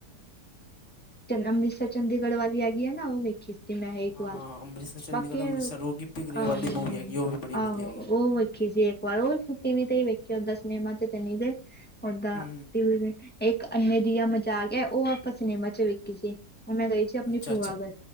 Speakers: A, in the centre; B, on the left.
A: ਚੰਡੀਗੜ ਅੰਮ੍ਰਿਤਸਰ ਚੰਡੀਗੜ੍ਹ ਵਾਲੀ ਹੈਗੀ ਆ ਨਾ ਉਹ ਵੇਖੀ ਸੀ। ਤੇ <unintelligible>
B: ਹਾਂ-ਹਾਂ ਅੰਮ੍ਰਿਤਸਰ ਚੰਡੀਗੜ੍ਹ
A: ਬਾਕੀ ਆਹੋ,
B: ਅੰਮ੍ਰਿਤਸਰ ਉਹ ਗਿੱਪੀ ਗਰੇਵਾਲ
A: ਆਹੋ,
B: ਦੀ ਮੂਵੀ ਹੈਗੀ ਉਹ ਵੀ ਬੜੀ ਵਧੀਆ
A: ਆਹੋ
B: ਹੈਗੀ
A: ਉਹ
B: ਹੈ।
A: ਵੇ। ਵੇਖੀ ਸੀ ਇੱਕ ਵਾਰ ਉਹ ਵੀ ਟੀ ਵੀ ਤੇ ਹੀ ਵੇਖੇ ਸੀ ਓਦਾ ਸਿਨੇਮਾ ਤੇ ਨੀ ਗਏ ਓਦਾ
B: ਹੂੰ-ਹੂੰ
A: ਟੀ ਵੀ। ਇੱਕ ਅੰਨੇ ਦੀਆ ਮਜ਼ਾਕ ਏ ਉਹ ਆਪਾਂ ਸਿਨੇਮਾ ਚ ਵੇਖੀ ਸੀ ਉਹ ਮੈਂ ਗਈ ਸੀ ਆਪਣੀ
B: ਅੱਛਾ-ਅੱਛਾ ਹੂੰ ਅੱਛਾ
A: ਭੂਆ ਗਰ।